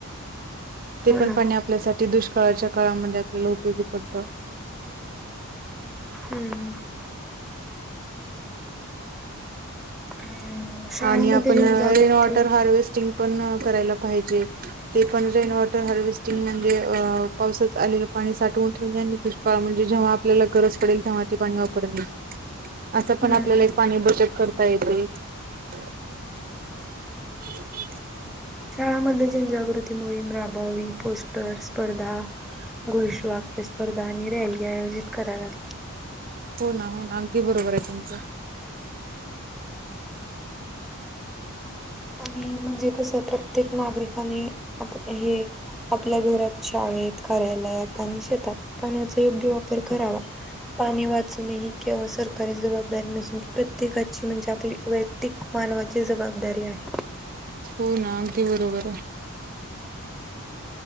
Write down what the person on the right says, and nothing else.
ते
पण
पाणी आपल्यासाठी दुष्काळाच्या काळामध्ये, आपल्याला उपयोगी पडतं.
आणि आपण,
रेन वॉटर हार्वेस्टिंग, पण करायला पाहिजे. ते पण, रेन वॉटर हार्वेस्टिंग म्हणजे! अ पावसात आलेलं पाणी साठवून ठेवने, आणि का म्हणजे जेव्हा, आपल्याला गरज पडेल तेव्हा, ते पाणी वापरणे, असं
पण आपल्याला,
एक पाणी बचत करता येतेनाही, <unintelligible>
हो, ना, हो, ना अगदी बरोबर आहे तुमचं.
हो, ना अगदी बरोबर आहे.